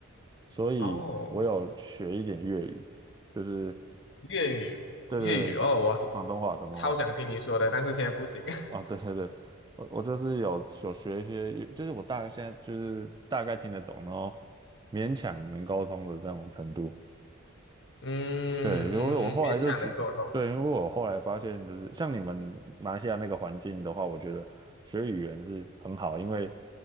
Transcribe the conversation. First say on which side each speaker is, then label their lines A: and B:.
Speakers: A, on the right; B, on the left.
A: 所以我有学一点粤语，
B: 哦。
A: 就是
B: 粤语，
A: 对对对，
B: 粤语哦，哇，
A: 就广东话，广东话
B: 超想听你说的，但是现在不行。<laughs>
A: 啊，对对对，我我就是有有学一些粤，就是我大概现在就是大概听得懂，然后勉强能沟通的这种程度。
B: 嗯嗯嗯，
A: 对，因为我后来就觉，
B: 勉强能沟通，
A: 对，因为我后来发现，就是像你们马来西亚那个环境的话，我觉得学语言是很好，因为